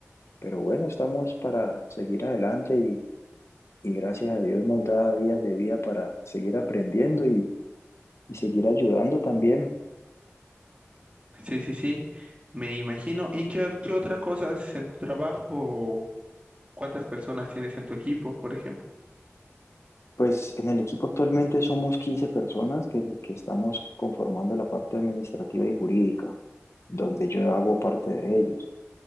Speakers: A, on the left (about 70°); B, on the right (about 25°).
A: pero bueno, estamos para seguir adelante y... Y gracias a Dios nos da días de vida para seguir aprendiendo y seguir ayudando también.
B: Sí, sí, sí, me imagino. ¿Y qué, qué otra cosa haces en tu trabajo o cuántas personas tienes en tu equipo, por ejemplo?
A: Pues en el equipo actualmente somos 15 personas que, que estamos conformando la parte administrativa y jurídica, donde yo hago parte de ellos.